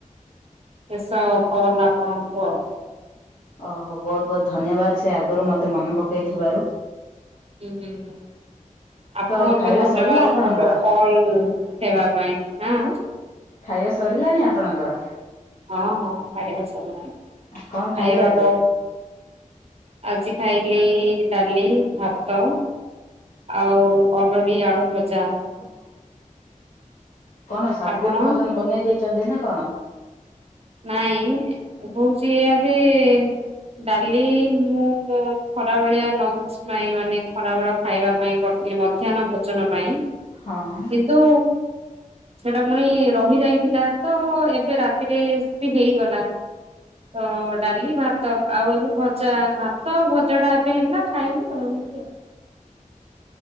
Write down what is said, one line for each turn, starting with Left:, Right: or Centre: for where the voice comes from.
Right: ଶେଷ ଫୋନ୍ ଆପଣଙ୍କୁ ଆଉ।
Left: ଓହୋ ବହୁତ ବହୁତ ଧନ୍ୟବାଦ ସେ ଆଗରୁ ମତେ ମନ ପକେଇ ଥିବାରୁ।
Right: ହୁଁ ହୁଁ। ଆପଣଙ୍କୁ
Left: ତ ଖାଇବା
Right: ବି ଧନ୍ୟବାଦ
Left: ସରିଲା ଆପଣଙ୍କର
Right: ମୋର କଲ ଉଠେଇବା ପାଇଁଁ। ହାଁ
Left: ଖାଇବା ସରିଲାଣି ଆପଣଙ୍କର।
Right: ହଁ ହଁ ଖାଇବା ସରିଲାଣି।
Left: କଣ ଖାଇଲେ
Right: ଖାଇବା
Left: ଆଜି?
Right: ବ ଆଜି ଖାଇଲି ଡାଲି ଭାତ। ଆଉ ଅଲଡି ଆଳୁ ଭଜା।
Left: <inaudible> କଣ ସାତ୍ଵିକ
Right: ଆପଣ?
Left: ଭୋଜନ ବନେଇ ଦେଇଛନ୍ତି ନା କଣ।
Right: ନାଇଁ ହଉଚି ଆଜି। ଡାଲି ମୁଁ ଖରା ବେଳିଆ ଲ ଜ୍ବାଇଁ ମାନେ ଖରା ବେଳ ଖାଇବା ପାଇଁ କରିଥିଲେ ମଧ୍ୟାହ୍ନ ଭୋଜନ ପାଇଁ।
Left: ହଁ ହଁ
Right: କିନ୍ତୁ ସେଟା ପୁଣି ରହି ଯାଇଥିଲା ତ ଏବେ ରାତିରେ ସେତିକି ହେଇଗଲା। ତ ଡାଲି ଭାତ ଆଉ ଏଇନୁ ଭଜା। ଭାତ ଆଉ ଭଜା ଟା ଏବେ ହେଲା ଖାଇଲୁ ଆଉ ଏମିତି ଆଉ।